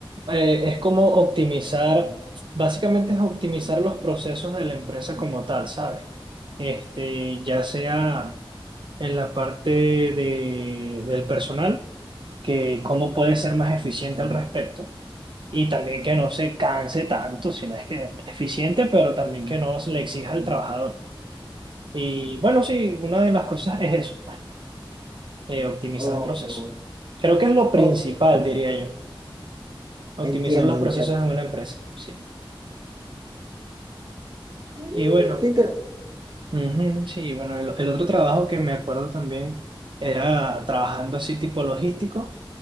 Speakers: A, on the right; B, on the right.
A: es como optimizar, básicamente es optimizar los procesos de la empresa como tal, ¿sabes? Este, ya sea en la parte de, del personal, que cómo puede ser más eficiente al respecto Y también que no se canse tanto, sino es que es eficiente, pero también que no se le exija al trabajador. Y bueno, sí, una de las cosas es eso, pues, eh, optimizar
B: Oh,
A: procesos. Creo que es lo principal,
B: oh,
A: diría yo, optimizar
B: entiendo,
A: los procesos
B: entiendo.
A: en una empresa, sí.
B: Mm,
A: Y bueno,
B: ¿Te interesa?
A: ujú, sí, bueno, el, el otro trabajo que me acuerdo también era trabajando así tipo logístico.